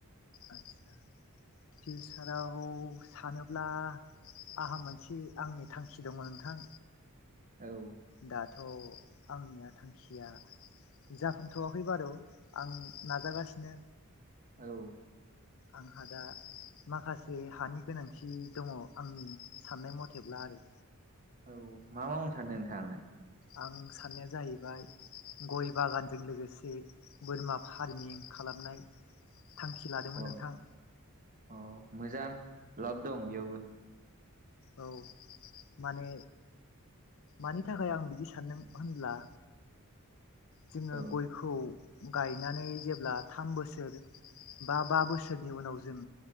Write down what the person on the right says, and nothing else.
औ
औ
औ मा मावनो सानदों नोंथाङालाय
अ
अ मोजां लाब दं बेयावबो
औ